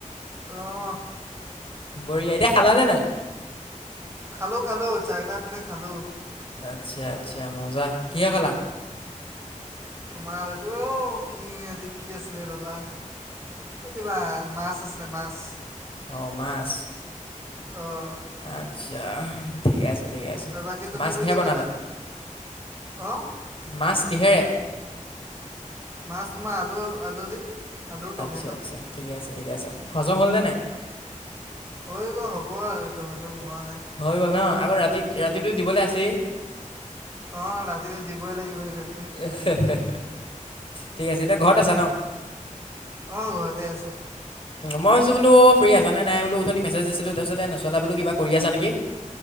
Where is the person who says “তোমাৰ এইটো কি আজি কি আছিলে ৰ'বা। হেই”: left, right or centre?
Right